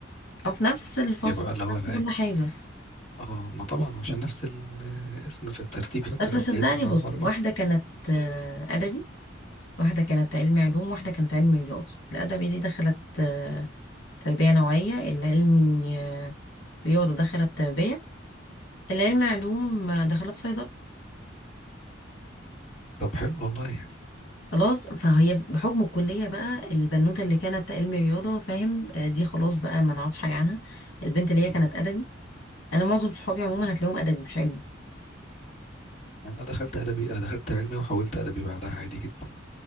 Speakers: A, on the left; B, on the left.
A: او في نفس الفصل
B: يبقى بقى اللي هو
A: في نفس
B: بقى
A: كل
B: ايه
A: حاجه
B: اه ما طبعا عشان نفس الاسم في الترتيب حتى
A: بس
B: الابجدي
A: صدقني
B: ما
A: بص
B: ورا
A: واحده
B: بعض
A: كانت آه، ادبي واحده كانت علمي علوم واحده كانت علمي رياضه الادبي دي دخلت آه، تربيه نوعيه العلمي آه، رياضه دخلت تربيه العلم علوم دخلت صيدلة
B: طب حلو والله يعني
A: خلاص فهي بحكم الكلية بقى البنوتة اللي كانت علم رياضة فاهم آه، دي خلاص بقى ما نعرفش حاجة عنها البنت اللي
B: م.
A: هي كانت أدبي أنا معظم صحابي عموما هتلاقيهم أدبي مش علمي
B: انا دخلت ادبي أنا دخلت علمي وحولت ادبي بعدها عادي جدا يعني.